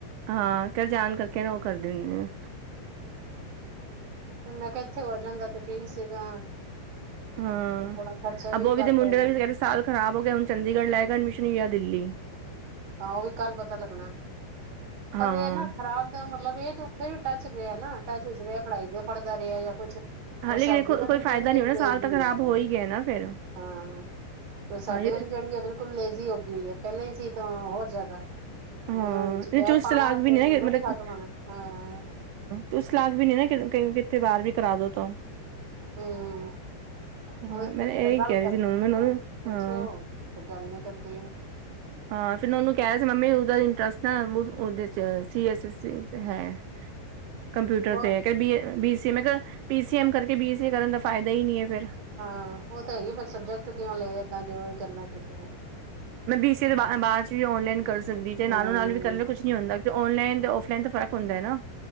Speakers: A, on the right; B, on the right.
A: ਹਾਂ ਕੱਲ ਜਾਣ ਕਰਕੇ ਨਾ ਉਹ ਕਰ ਦਿੰਦੇ ਆ
B: ਮੈਂ ਕਿਹਾ ਇੱਥੇ ਹੋ ਜਾਂਦਾ ਤੇ ਠੀਕ ਸੀਗਾ
A: ਹਾਂ
B: ਥੋੜਾ ਖਰਚਾ
A: ਬੋ ਵੀ
B: ਘੱਟ
A: ਤੇ ਮੁੰਡੇ
B: ਹੈ
A: ਦਾ ਵੀ ਕਹਿੰਦੇ ਸਾਲ ਖ਼ਰਾਬ ਹੋ ਗਿਆ ਹੁਣ ਚੰਡੀਗੜ੍ਹ ਲੈ ਕੇ ਐਡਮਿਸ਼ਨ ਹੀ ਆ ਦਿੱਲੀ
B: ਤਾਂ ਉਹ ਵੀ ਕੱਲ ਪਤਾ ਲੱਗਣਾ
A: ਹਾਂ
B: ਪਰ ਇਹ ਨਾ ਖ਼ਰਾਬ ਦਾ ਮਤਲਬ ਇਹ ਕਿਉਂ ਕੋਈ ਵੀ ਟੱਚ ਰਿਹਾ ਨਾ ਟੱਚ ਵਿੱਚ ਰਿਹਾ ਪੜ੍ਹਾਈ ਦੇ ਪੜ੍ਹਦਾ ਰਿਹਾ ਜਾਂ ਕੁਛ ਉਹ
A: ਹਾਂ ਲੇਕਿਨ
B: ਸਾਡੀ
A: ਦੇਖੋ
B: ਵਾਲੀ
A: ਕੋਈ
B: ਜਿਹੜੀ
A: ਫਾਇਦਾ ਨੀ
B: ਹੈ
A: ਹੋਣਾ
B: ਲੇਜ਼ੀ
A: ਸਾਲ ਤਾਂ ਖ਼ਰਾਬ
B: ਆ
A: ਹੋ ਹੀ ਗਿਆ ਨਾ ਫੇਰ
B: ਹਾਂ। ਤੇ ਸਾਡੇ
A: ਹਾਂ
B: ਵਾਲੀ ਜਿਹੜੀ ਆ ਬਿਲਕੁਲ ਲੇਜ਼ੀ ਹੈ ਗਈ ਹੋ ਹੈ ਪਹਿਲਾਂ ਹੀ ਸੀ ਤਾਂ ਹੋਰ ਜ਼ਿਆਦਾ
A: ਹੂੰ,
B: ਜਿਹਨਾਂ ਵਿੱਚ
A: ਨਹੀਂ
B: ਗੈਪ
A: ਚੁਸਤ
B: ਪਾਵਾਂ
A: ਚਲਾਕ
B: ਤੇ
A: ਵੀ ਨਹੀਂ
B: ਬਿਲਕੁਲ
A: ਮਤਲਬ
B: ਹੀ
A: ਤੂੰ
B: ਖਤਮ ਹੋਣਾ ਹਾਂ
A: ਚੁਸਤ ਚਲਾਕ ਵੀ ਨਹੀਂ ਕਿ ਕਈ ਕਿੱਥੇ ਬਾਹਰ ਵੀ ਕਰਾ ਦੋ ਤਾਂ
B: ਹੂੰ
A: ਹਾਂ
B: ਓਹੀ ਤੇ
A: ਮੈਂ
B: ਚੱਕਰ
A: ਇਹੀ
B: ਗੱਲ
A: ਕਹਿ ਰਹੀ
B: ਕਰਦੀ
A: ਸੀ ਨੋਨੂੰ
B: ਨੀ
A: ਮੈਂ ਨੋਨੂੰ
B: ਐ ਤੁਸੀ ਪੁੱਛੋ
A: ਹਾਂ
B: ਤੇ ਗੱਲ ਨੀ ਕਰਦੀ ਐ
A: ਹਾਂ। ਫਿਰ ਉਹਨੂੰ ਕਿਹਾ ਸੀ ਮੰਮੀ ਉਹਦਾ ਇੰਟਰਸਟ ਨਾ ਉਹਦੇ ਚ ਸੀ ਐੱਸ ਸੀ ਸੀ ਹੂੰ, ਕੰਪਿਊਟਰ
B: ਬ
A: ਤੇ ਕਦੇ ਏ ਬੀ ਸੀ ਮੈਂ ਕਿਹਾ ਪੀ ਸੀ ਐਮ ਕਰਕੇ ਬੀ ਸੀ ਏ ਕਰਨ ਦਾ ਫਾਇਦਾ ਹੀ ਨੀ ਐ ਫਿਰ
B: ਹਾਂ। ਉਹ ਤਾਂ ਹੈਗੀ ਫਿਰ ਸਬਜੈਕਟ ਕਿਉਂ ਲਏ ਏਦਾਂ ਜੇ ਓਹੀ ਕਰਨਾ ਪੈਂਦਾ ਫੇਰ
A: ਕਿਸੇ ਦੇ ਬਾ ਬਾਅਦ ਚ ਵੀ ਔਨਲਾਈਨ ਕਰ ਸਕਦੀ ਤੇ ਨਾਲੋਂ
B: ਹੂੰ
A: ਨਾਲ ਵੀ ਕਰਲੇ ਕੁੱਛ ਨੀ ਹੁੰਦਾ ਤੇ ਔਨਲਾਈਨ ਔਫਲਾਈਨ ਤੇ ਫ਼ਰਕ ਹੁੰਦਾ ਐ ਨਾ